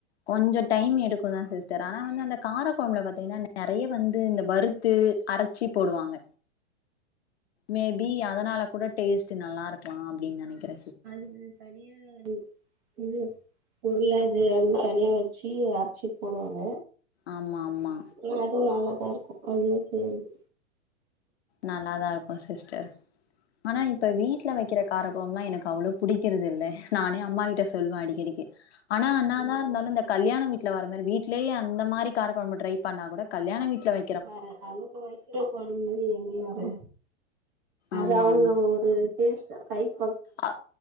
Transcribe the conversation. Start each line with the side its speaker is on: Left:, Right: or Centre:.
Left: கொஞ்ச டைம் எடுக்கும் தா சிஸ்டர் ஆனா வந்து அந்த காரக்குழம்புல பார்த்தீங்கன்னா நெறைய வந்து இந்த வரு த்து அரச்சி போடுவாங்க மேபி அதுனால கூட டேஸ்ட் நல்லா இருக்கலா அப்டின்னு நெனைக்கிற
Right: அதுக்கு தனியா அது ம் பொருள்ளா இது அதுவும் தனியா வச்சு அரச்சு போடுவாங்க
Left: ஆமா ஆமா
Right: ம் அதுவும் நல்லாதா இருக்கும் அதுவே செய்றது
Left: நல்லாதா இருக்கும் சிஸ்டர் ஆனா இப்ப வீட்ல வக்கிற கார கொழம்புலா எனக்கு அவ்வளோ புடிக்கறது இல்ல நானே அம்மாக்கிட்ட சொல்வ அடிக்கடி க்கி ஆனா என்னா
Right: ம்
Left: தா இருந்தாலு இந்த கல்யாண வீட்ல வர மாரி வீட்லயே அந்த மாரி கார கொழம்பு ட்ரை பண்ணா கூட கல்யாண வீட்ல வ
Right: வேற <inaudible> போனு எங்கியு ஒரு அது
Left: ஆமா
Right: அவுங்க ஒரு டேஸ்ட்டா கைப்ப
Left: ஆ